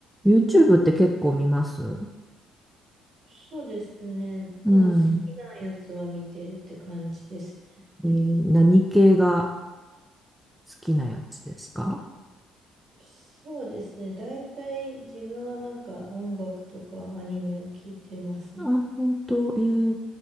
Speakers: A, in the centre; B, on the right.
A: YouTube って結構見ます
B: そうですね。
A: うん。
B: まあ、好きなやつは見てるって感じです。
A: えー何系が好きなやつですか
B: そうですね。大体自分はなんか音楽とかアニメを聞いてますね。
A: あ、本当、えー